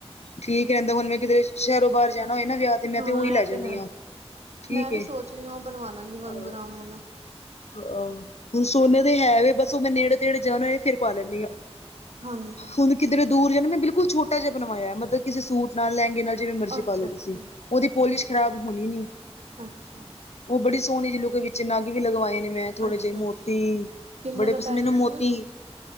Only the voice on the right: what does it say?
ਹਾਂ
ਇਹ
ਹੈ
ਮੈਂ ਵੀ ਸੋਚ ਰਹੀ ਹਾਂ ਉਹ ਬਣਵਾ ਲਾਂਗੀ ਵਨ
ਗ੍ਰਾਮ ਵਾਲਾ
ਹਾਂਜੀ
ਅੱਛਾ
ਅੱਛਾ
ਅੱਛਾ
ਅੱਛਾ
ਅੱਛਾ ਕਿੰਨੇ
ਦਾ
ਪੈ
ਗਿਆ
ਸੀ ਉਹ